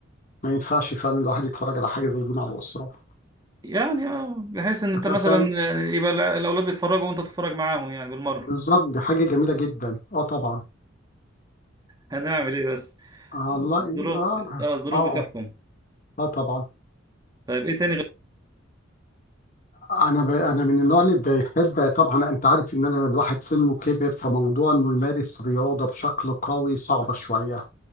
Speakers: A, on the left; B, on the right.
A: ما ينفعش فعلا الواحد يتفرج على حاجه زي دي مع الاسره
B: يعني اه بحيث إن أنت
A: ف-
B: مثلا
A: فعلا
B: آه، يبقى الع- الأولاد بيتفرجوا وأنت بتتفرج معاهم يعني بالمرة
A: بالظبط دي حاجه جميله جدا اه طبعا
B: هنعمل إيه بس
A: آه
B: الظروف
A: الله اه
B: اه الظروف
A: اه
B: بتحكم
A: اه طبعا
B: طيب إيه تاني
A: انا ب... انا من النوع اللي بيحب طبعا انت عارف ان انا الواحد سنه كبر فموضوع انه يمارس رياضه بشكل قوي صعبه شويه